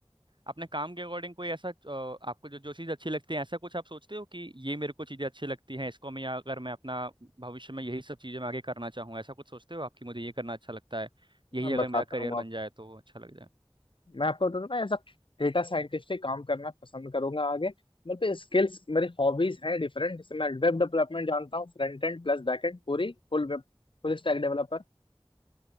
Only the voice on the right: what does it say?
अपने काम के अकॉर्डिंग कोई ऐसा अ, आपको जो जो चीज़ अच्छी लगती है ऐसा कुछ आप सोचते हो कि ये मेरे को चीज़ें अच्छी लगती हैं इसको मैं या अगर मैं अपना भविष्य में यही सब चीज़ें मैं आगे करना चाहूँ ऐसा कुछ सोचते हो आपकी मुझे ये करना अच्छा लगता है यही
अगर
मेरा करियर
बन
जाए तो अच्छा लग जाए